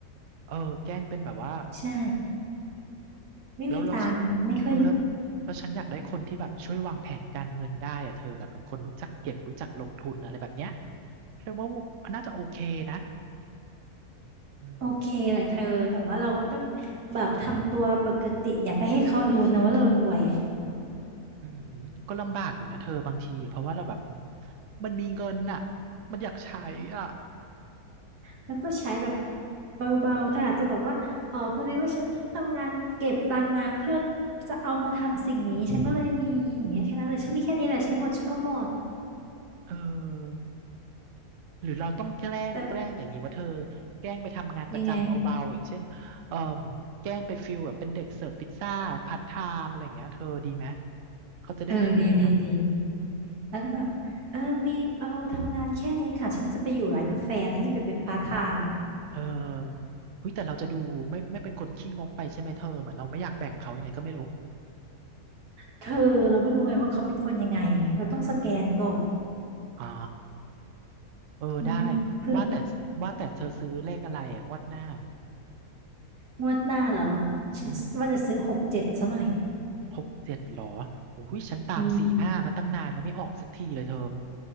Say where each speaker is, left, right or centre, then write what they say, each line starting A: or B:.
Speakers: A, on the right; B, on the right.
A: เออแกล้งเป็นแบบว่า
B: ใช่ไม่มีตังค์ไม่ค่อย
A: แล้วแล้วฉันเออแล้วแล้วฉันอยากได้คนที่แบบช่วยวางแผนการเงินได้อะเธอแบบเป็นคนรู้จักเก็บรู้จักลงทุนอะไรแบบเนี้ยฉันว่าน่าจะโอเคนะอืม
B: โอเคแหละเธอแต่ว่าเราก็ต้องแบบทำตัวปกติอย่าไปให้เขารู้นะว่าเรารวย
A: อืมก็ลำบากอยู่นะเธอบางทีเพราะว่าเราแบบมันมีเงินน่ะมันอยากใช้อ่ะ
B: แล้วก็ใช้แบบเบาๆเธออาจจะบอกว่าเออพอดีว่าฉันทำงานเก็บตังค์มาเพื่อจะเอามาทำสิ่งนี้ฉันก็เลยมีอย่างเงี้ยแค่นั้นเลยฉันมีแค่นี้แหละใช้หมดฉันก็หมด
A: อืมเออหรือเราต้องแกล้งแกล้งอย่างนี้ว่าเธอ
B: แต่
A: แกล้งไปทำงานประจำเบาๆอย่างเช่นเออ
B: ยังไง
A: แกล้งไปฟิลแบบเป็นเด็กเสิร์ฟพิซซ่าพาร์ทไทม์อะไรอย่างเงี้ยเธอดีไหมเขาจะได้เนียนเ
B: เออดีดีดีแล้วก็แบบเออมีเราทำงานแค่นี้ค่ะฉันจะไปอยู่ร้านกาแฟนะฉันจะไปเป็นพาร์ทไทม์
A: เออเฮ้ยแต่เราจะดูไม่ไม่เป็นคนขี้งกไปใช่ไหมเธอเหมือนเราไม่อยากแบ่งเขายังไงก็ไม่รู้
B: เธอเราไม่รู้ไงว่าเขาเป็นคนยังไงเราต้องสแกนก่อน
A: อ๋อเออได้
B: อืมเผื่อ
A: ว่าแต่ว่าแต่เธอซื้อเลขอะไรอ่ะงวดหน้า
B: งวดหน้าเหรอฉันว่าจะซื้อหกเจ็ดซะหน่อย
A: อืม หกเจ็ดหรอโอ้ยฉันตามสี่ห้ามาตั้งนานแล้วไม่ออกสักทีเลยเธอ
B: อืม